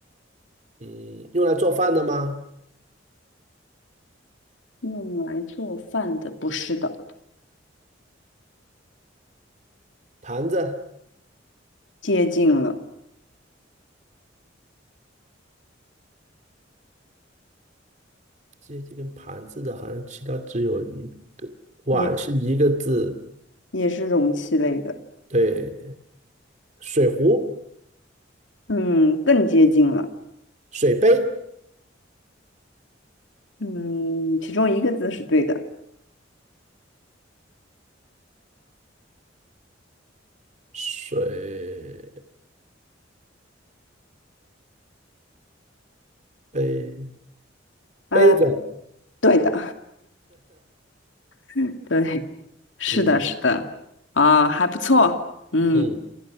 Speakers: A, on the right; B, on the left.
A: 嗯，用来做饭的吗？
B: 用来做饭的，不是的，
A: 盘子，
B: 接近了，
A: 这这跟盘子的好像其他只有一个，碗是一个字，
B: 也也是容器类的，
A: 对。水壶、
B: 嗯，更接近了，
A: 水杯、
B: 嗯，其中一个字是对的，
A: 水杯
B: 呃，
A: 杯子。
B: 对的，<laughs> 对，是的，
A: 嗯
B: 是的，啊，还不错，嗯，
A: 嗯，